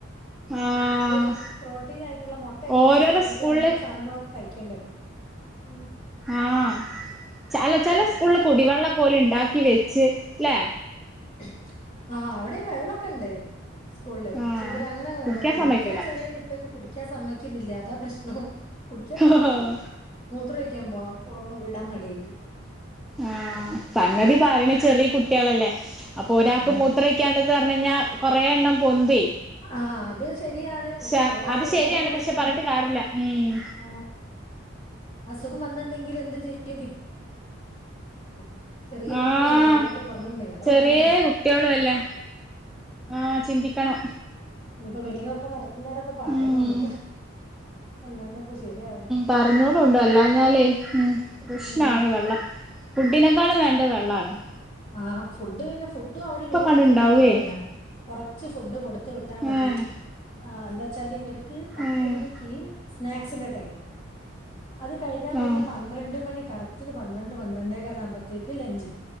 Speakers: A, in the centre; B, on the left (about 30°).
A: ആഹ്
B: ഇത് പ്രോട്ടീനായിട്ടുള്ള മുട്ടയൊക്കെ
A: ഓരോരോ
B: കഴിക്ക്യ എന്തെങ്കിലും
A: സ്കൂളില്
B: അങ്ങനത്തെ സാധനങ്ങളൊക്കെ കഴിക്കണ്ടേഉം
A: ആഹ് ചല ചില
B: ഒരു കഥയാ.
A: സ്കൂളില് കുടിവെള്ളൊക്ക ഓല് ഉണ്ടാക്കി വെച്ച്. ല്ലേ
B: <unintelligible> ആഹ അവിടെയും വെള്ളോക്കെണ്ട് സ്കൂളില്
A: ആഹ്
B: പക്ഷെ ഇവര് അങ്ങനെ കുടിക്കാൻ
A: സമ്മയ്ക്കൂല
B: ചെറിയ കുട്ട്യാക്ക് കുടിക്കാൻ സമ്മക്കുന്നില്ല അതാ പ്രശ്നവുംഹ് ഹ് ഹ കുടിക്കാൻ സമ്മയിക്കില്ല
A: ആഹ്
B: മൂത്ര ഒഴിക്കാൻ പോ വിടാൻ മടിയിട്ട്
A: ആ സംങ്ങതി പറയണ ചെറിയ കുട്ട്യാളല്ലേ അപ്പൊ ഒരാൾക്ക്മു
B: ഉം.
A: എത്രക്കാണ്ടന്ന് പറഞ്ഞ കഴിഞ്ഞാ കൊറെ എണ്ണം പൊന്തി
B: ആ അത് ശരിയാണ്. പക്ഷെ
A: ശ
B: ഓരയിന്റെ
A: അത് ശരിയാണ്
B: വേറൊരു വശം
A: പക്ഷെ പറഞ്ഞിട്ട്
B: കൂടെ
A: ക്യാരില്ല ഉം
B: ആ അസുഖം വന്നിണ്ടെങ്കിൽ എന്ത് ചെയ്യും <inaudible> ചെറിയ
A: ആഹ്
B: മക്കളല്ലേ വെള്ളമൊക്കെ കുറഞ്ഞണ്ടെ <inaudible>
A: ചെറിയ കുട്ടികളും അല്ലേ ആഹ് ചിന്തിക്കണം
B: ഇയിപ്പോ മീറ്റിംഗൊക്കെ നടത്തുന്നവരൊക്കെ പറയണന്ന്
A: ഉം
B: അല്ലാണ്ട് ഇപ്പൊ ശരിയാവന
A: പറഞ്ഞോടും ഉണ്ടോ അല്ലാ എന്നാലേ ഉം പ്രശ്നാണ്
B: ഉം
A: വെള്ളം ഫുഡിനേക്കാളും വേണ്ട വെള്ളമാണ്
B: ആഹ് ഫുഡ് പിന്നെ ഫുഡും അവര് മിനിമൽ
A: അങ്ങ്ണ്ടാവേ
B: ഫുഡ് എന്നാ പറയാ കുറച്ച് ഫുഡ് കൊടുത്ത വിട്ടു എട്ടാ മതി
A: ഏഹ്
B: എന്താ വച്ചാൽ ഇവർക്ക് പത്ത്
A: ഏഹ്
B: മണിക്ക് സ്നാക്സിന്റെ ടൈം അത് കഴിഞ്ഞാ പിന്നെ
A: ആഹ്
B: പന്ത്രണ്ട് മണി കറക്റ്റന് പന്ത്രണ്ട് പന്ത്രണ്ടേ കാല് ആകുമ്പോഴത്തേക്ക് ലഞ്ച്